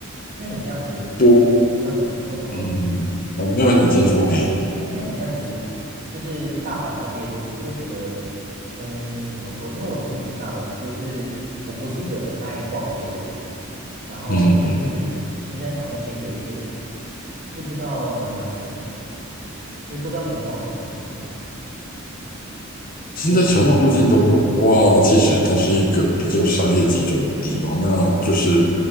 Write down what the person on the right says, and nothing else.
那你这样子，
嗯，你说你说。
哎，那你这样子，就是大阪那边，你不会觉得，哎，怎么说？因为我之前去大阪，我就是我不是一个很爱逛街的人，然后我就会觉得新斋桥那边有一点
不知道能买什么，就是不知道能逛什么东西。
你有，